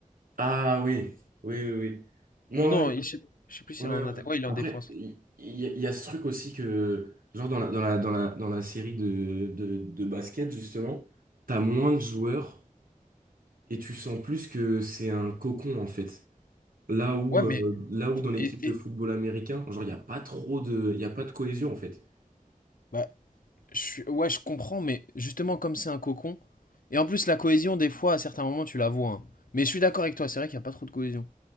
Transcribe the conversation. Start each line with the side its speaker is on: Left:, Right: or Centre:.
Right: Ah oui, oui, oui, oui. Non,
Left: Ou non,
Right: ouais.
Left: il- je sais, je sais plus s'il
Right: Ouais,
Left: est en
Right: ouais.
Left: attaque. Ouais, il est en
Right: Après,
Left: défense.
Right: il il y, a il y a ce truc aussi que, genre dans la, dans la, dans la, dans la série de, de, de basket, justement, t'as moins de joueurs et tu sens plus que c'est un cocon, en fait. Là où,
Left: Ouais,
Right: euh,
Left: mais.
Right: là où dans l'équipe
Left: Et,
Right: de
Left: et-
Right: football américain, genre, il n'y a pas trop de, il y a pas de cohésion, en fait.
Left: bah, Je suis- Ouais, je comprends, mais justement, comme c'est un cocon. Et en plus, la cohésion, des fois, à certains moments, tu la vois. hein. Mais je suis d'accord avec toi, c'est vrai qu'il n'y a pas trop de cohésion.